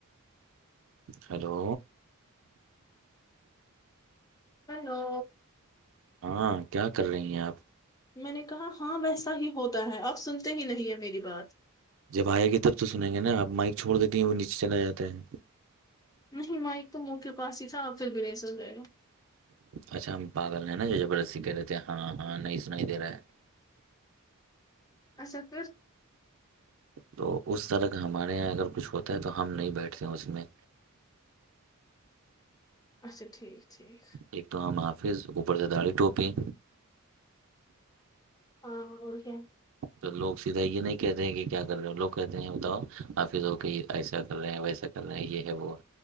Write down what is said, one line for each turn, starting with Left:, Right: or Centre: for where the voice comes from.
Right: ہلو
Left: ہیلو
Right: ہاں کیا کر رہی ہیں آپ
Left: میں نے کہا ہاں ویسا ہی ہوتا ہے آپ سنتے ہی نہیں ہیں میری بات
Right: جب آئے گی تب تو سنیں گے نا آب مائک چھوڑ دیتی ہیں وہ نیچے چلا جاتا ہے
Left: نہیں مائک تو منہ کے پاس ہی تھا آپ پھر بھی نہیں سو گئے لو
Right: اچھا ہم پاگل ہیں نا جو زبردستی کہہ رہے تھے ہاں ہاں نہیں سن ہی دے رہا ہے
Left: اچھا پھر
Right: تو اس طرح کا ہمارے یہاں اگر کچھ ہوتا ہے تو ہم نہیں بیٹھتے اس میں
Left: اچھا ٹھیک ٹھیک
Right: ایک تو ہمام حافظ اوپر سے داڑھی ٹوپی
Left: ہاں اور کیا
Right: تو لوگ سیدھا یہ نہیں کہتے ہیں کہ کیا کر رہے لوگ کہتے ہیں بتاؤ حافظ ہو کہ ایسا کر رہے ہیں ویسا چنا یہ ہے وہ